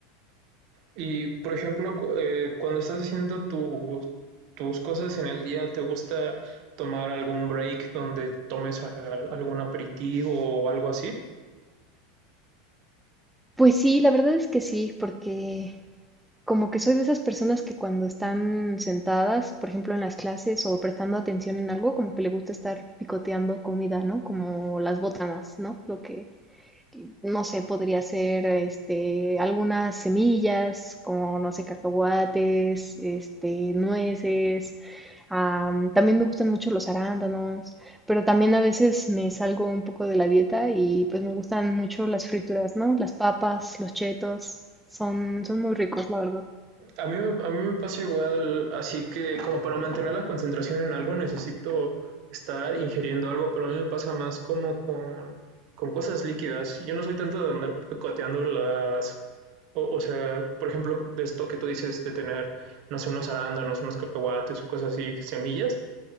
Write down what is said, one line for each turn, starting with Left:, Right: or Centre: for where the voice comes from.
Right: Y, por ejemplo, cu- eh, cuando estás haciendo tu- tus cosas en el día, ¿te gusta tomar algún break donde tomes a- algún aperitivo o algo así?
Centre: Pues sí, la verdad es que sí, porque Como que soy de esas personas que cuando están sentadas, por ejemplo, en las clases o prestando atención en algo, como que le gusta estar picoteando comida, ¿no? Como las botanas, ¿no? Lo que, no sé, podría ser, este, algunas semillas, como, no sé, cacahuates, este, nueces. Am, también me gustan mucho los arándanos, pero también a veces me salgo un poco de la dieta y pues me gustan mucho las frituras, ¿no? Las papas, los chetos, son, son muy ricos, la verdad.
Right: A mí, me- a mí me pasa igual, así que como para mantener la concentración en algo necesito estar ingiriendo algo, pero a mí me pasa más como con, con cosas líquidas. Yo no soy tanto de andar picoteando las... O, o sea, por ejemplo, de esto que tú dices de tener, no sé, unos arándanos, unos cacahuates o cosas así, semillas.